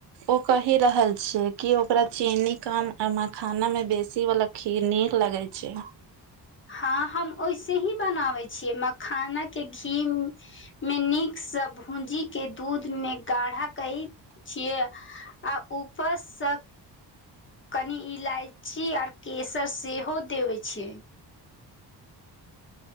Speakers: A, on the right; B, on the left.
A: ओ कहि रहल छैयै कि ओकरा चीनी काम मखाना मे बेसी वला खीर नीक लगै छै
B: हँ हम ओैसे ही बनाबै छियै मखानके घी मे नीकसँ भूजी के दूध मे गाढ़ा कै छियै आ उप स कनि इलायची आर केसर सेहो देबै छियै